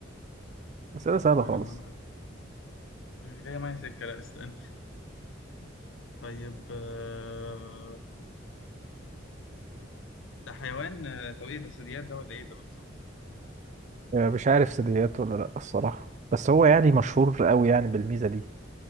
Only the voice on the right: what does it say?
أسئلة سهلة
خالص
مش عارف ثدييات ولا لا الصراحة بس هو يعني مشهور قوي يعني بالميزة دي